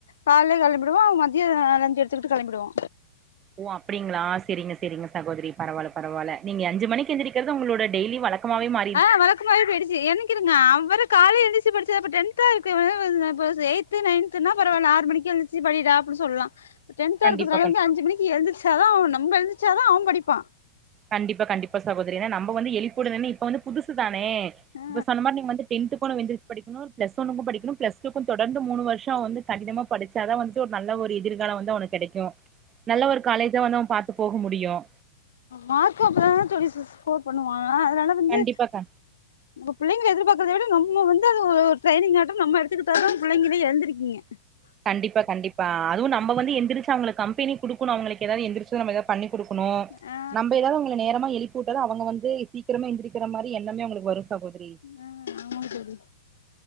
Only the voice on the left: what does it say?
காலிலே கெளம்பிடுவா அவ மத்யம் லஞ்ச் எடுத்துக்கிட்டு கெளம்பிடுவா
ஆ வழக்கமாவே போயிடுச்சு எனக்கு இருங்க அவரு கால்ல எந்திச்சி படிச்ச டென்த் சப்போஸ் ஏய்த்து ‌நயன்துன்னா பரவா இல்ல ஆறு மணிக்கு எந்திச்சு படிடா அப்படின்னு சொல்லலாம் டென்தா
இருக்கிறதுனால
வந்து அஞ்சு மணிக்கு எந்திச்சாதா நம்ப எந்திச்சாதா அவன் படிப்பான்
ஆ
மார்க்கும் அப்பதான தோழி ஸ்கோர் பண்ணுவா அதனால வந்து
நம்ம பிள்ளைங்கள எதிர்பாக்குறத விட நம்ம வந்து அது ஒரு ட்ரைனி ஆட்டும் நம்ம எடுத்துக்கிட்டாதா பிள்ளைங்களே எந்திருக்கீங்க
ஆ
ஆ ஆமாங்க தோழி